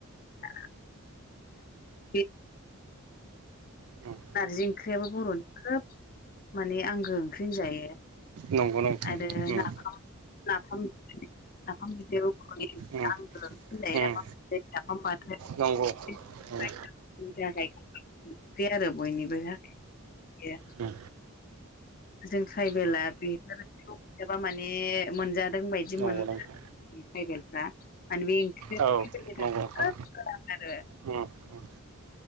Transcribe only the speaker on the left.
<unintelligible> बे
नारजि ओंख्रियाबो बर'नि खोब माने आंगो ओंख्रि होनजायो।
आरो
नाफाम नाफाम नाफाम बिदैयाव बर'नि
आंगो होननाय
नाफाम बाथोन
<unintelligible>
नि थाखाय आरो बयनिबो हा गैया
जों ट्राइबेला
बेफोरखौ एबा माने मोनजादों बायदि
मोन
ट्राइबेलफ्रा मान बे ओंख्रिया
ट्राइबेलनि
थाख
खोब गोनां आरो